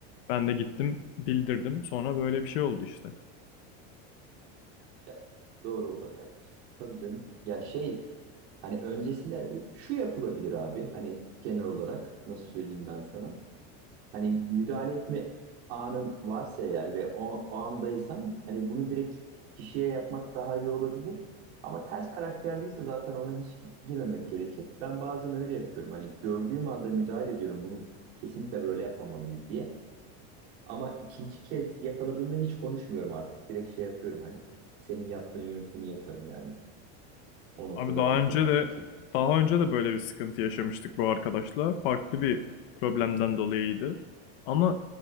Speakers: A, on the left; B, on the right.
A: Ben de gittim bildirdim. Sonra böyle bir şey oldu işte.
B: Ya, doğru olanı yapmışsın. Tabii canım. Ya şey hani öncesinde şu yapılabilir abi. Hani genel olarak nasıl söyleyeyim ben sana? hani müdahale etme anın varsa eğer ve o, o andaysan hani bunu direkt kişiye yapmak daha iyi olabilir. Ama ters karakterliyse zaten ona hiç gi- girmemek gerekir. Ben bazen öyle yapıyorum. Hani gördüğüm anda müdahale ediyorum. Bunu kesinlikle böyle yapmamalıyız diye. Ama ikinci kez yakaladığımda hiç konuşmuyorum artık. Direkt şey yapıyorum hani. Senin yaptığın yöntemi yaparım yani. O noktada
A: Abi daha
B: beklemem.
A: önce de
B: Çünkü
A: daha önce de böyle bir sıkıntı yaşamıştık bu arkadaşla. Farklı bir problemden
B: Hı hı,
A: dolayıydı. Ama